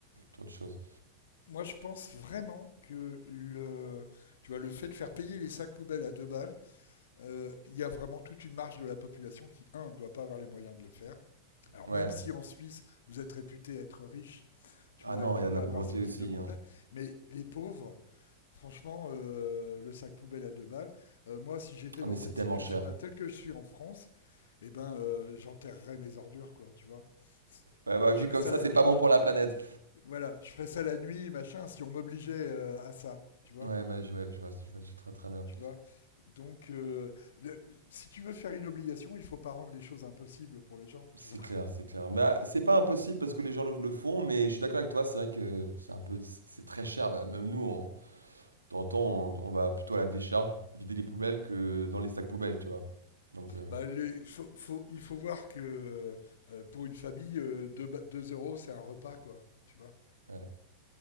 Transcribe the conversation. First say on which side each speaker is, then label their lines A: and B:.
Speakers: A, on the right; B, on the left.
A: trop de choses.
B: Moi, je pense vraiment que le, tu vois, le fait de faire payer les sacs poubelles à deux balles, euh, il y a vraiment toute une marge de la population qui, un, ne doit pas avoir les moyens de le faire. Alors,
A: Ouais.
B: même si en Suisse, vous êtes réputé être riche, tu
A: Ah
B: vois,
A: non,
B: et donc
A: il y a de
B: pas
A: la pauvreté
B: avoir ce type
A: aussi.
B: de problème,
A: hein.
B: mais les pauvres, franchement, euh, le sac poubelle à deux balles, euh, moi, si j'étais
A: Ah
B: dans
A: mais c'est
B: cette
A: tellement
B: situation-là,
A: cher.
B: telle que je suis en France, eh ben, euh, j'enterrerais mes ordures, quoi, tu vois.
A: Ouais, bah,
B: Je
A: vu
B: ferais
A: comme
B: ça
A: ça,
B: la
A: c'est
B: nuit,
A: pas bon pour la planète.
B: voilà, je ferais ça la nuit, machin, si on m'obligeait euh, à ça, tu vois,
A: Ouais, bah, je, ouais, je vois, je vois je très très bien.
B: tu vois. Donc, euh, le- si tu veux faire une obligation, il faut pas rendre les choses impossibles pour les gens,
A: C'est
B: tu vois.
A: clair, c'est clair. Mais ah, c'est pas impossible parce que les gens le, le font, mais je suis d'accord avec toi, c'est vrai que c'est un peu, c'est c'est très cher. Bah, même nous, on, de temps en temps, on, on va plutôt à la décharge, vider les poubelles que dans les sacs
B: Ouais.
A: poubelles, tu vois. Donc, euh,
B: Bah, les- faut- faut- il faut voir que euh, pour une famille, euh, deux ba- deux euros, c'est un repas, quoi, tu vois.
A: ouais,